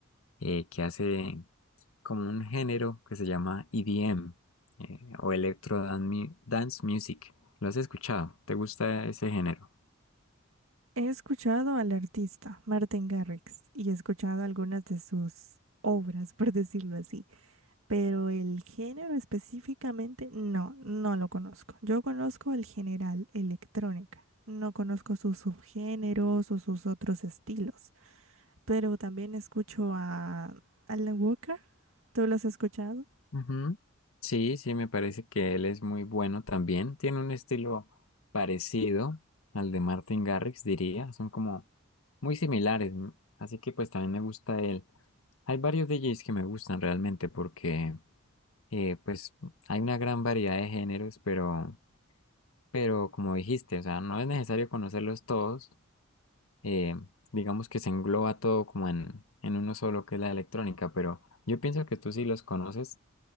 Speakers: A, on the left (about 85°); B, on the right (about 75°).
A: eh, que hace como un género que se llama EDM eh, o Electro Dan- Mu- Dance Music. ¿Lo has escuchado? ¿Te gusta ese género?
B: He escuchado al artista Martin Garrix y he escuchado algunas de sus obras, <laughs> por decirlo así, pero el género específicamente no, no lo conozco. Yo conozco el general, electrónica. No conozco sus subgéneros o sus otros estilos, pero también escucho a Alan Walker. ¿Tú lo has escuchado?
A: Ujú. Sí, sí, me parece que él es muy bueno también. Tiene un estilo parecido al de Martin Garrix, diría. Son como muy similares. ¿no? Así que pues también me gusta él. Hay varios DJs que me gustan realmente porque eh, pues hay una gran variedad de géneros, pero, pero como dijiste, o sea, no es necesario conocerlos todos. Eh, digamos que se engloba todo como en, en uno solo que es la electrónica, pero yo pienso que tú sí los conoces